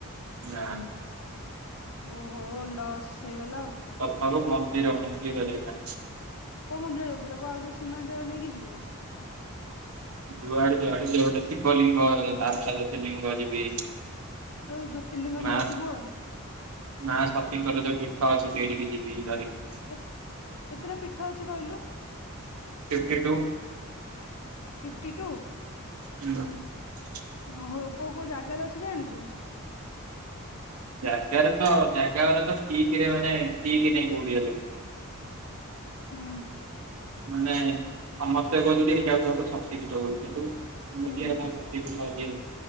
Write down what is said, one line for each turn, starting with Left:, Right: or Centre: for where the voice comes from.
Right: ନାଁ।
Left: ଓହୋ ଲସ୍ ହେଇଗଲା ଆଉ।
Right: ହଲୋ ମନ୍ଦିର ମନ୍ଦିର ଜେଗା ଅଛି।
Left: କୋଉ ମନ୍ଦିର ଯିବୁ ତାକୁ ଆଉଥରେ ସୀମାଞ୍ଚଳ ନେଇକି ଯିବୁ।
Right: ଯୁଆଡ଼େ ଯୁଆଡ଼େ ଥିବ ଶିବ ଲିଙ୍ଗ ବାରଟା ଜ୍ୟୋତିର୍ଲିଙ୍ଗ ଲିଙ୍ଗ ଯିବି।
Left: ତ ଜ୍ୟୋତିର୍ଲିଙ୍ଗ
Right: ମା
Left: ନେଇଯିବୁ ଆଉ।
Right: ମା ଶକ୍ତିଙ୍କର ଯୋଉ ପୀଠ ଅଛି ସେଠିକି ଯିବି। ଧରିକି
Left: କେତ କେତେଟା ପୀଠ ଅଛି କହିଲୁ।
Right: Fifty two.
Left: Fifty two.
Right: <unintelligible>
Left: ଓହୋ କୋଉ କୋଉ ଜାଗାରେ ଅଛି ଜାଣିଚୁ।
Right: ଜାଗାରେ ତ ଜାଗା ଗୁଡ଼ାକ ତ ଠିକିରେ ମାନେ ଠିକି ନାହିଁ କୋଉଠି ହେଲେ।
Left: ହୁଁ।
Right: ମାନେ ସମସ୍ତେ କହୁଛନ୍ତି ଏଇଟା ଗୋଟେ ଶକ୍ତି ପୀଠ ବୋଲି କିନ୍ତୁ
Left: ହୁଁ
Right: ମିଡିଆରେ କଣ ପକେଇ ଥିଲ ଆଗେ।